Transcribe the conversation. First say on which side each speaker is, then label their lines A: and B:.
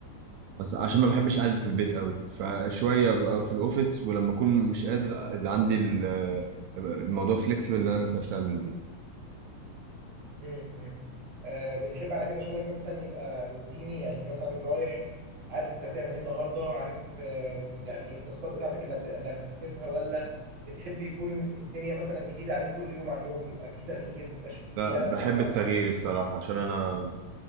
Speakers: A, on the right; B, on the right.
A: بس عشان ما بحبش قعدة البيت قوي فشوية ببقى في الاوفيس ولما اكون مش قادر يبقى عندي ال- الموضوع فليكسبل ان انا ممكن اشتغل من البيت
B: امم آه بتحب على كده شغلك مثلا يبقى روتيني يعني انت مثلا رايح عارف انت هتعمل ايه النهارده عارف آه يعني التاسكات بتاعتك اللي هت- اللي هتنفذها ولا بتحب يكون الدنيا مثلا جديده عليك كل يوم عن يوم يبقى في تغيير ما يبقاش في
A: لا
B: ملل
A: بحب
B: بمعنى
A: التغيير
B: اصح
A: الصراحة عشان انا